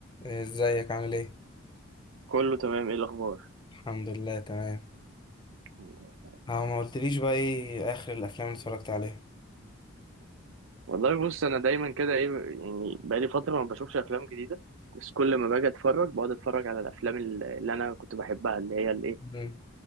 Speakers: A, on the left; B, on the right.
A: ازيك عامل ايه؟
B: كله تمام ايه الاخبار
A: الحمد لله تمام
B: الحمد لله.
A: اه ما قلتليش بقى ايه اخر الافلام اللي اتفرجت عليها
B: والله بص انا دايما كده ايه يعني بقالي فتره ما بشوفش افلام جديده بس كل ما باجي اتفرج بقعد اتفرج على الافلام ال- اللي انا كنت بحبها اللي هي الايه
A: مم.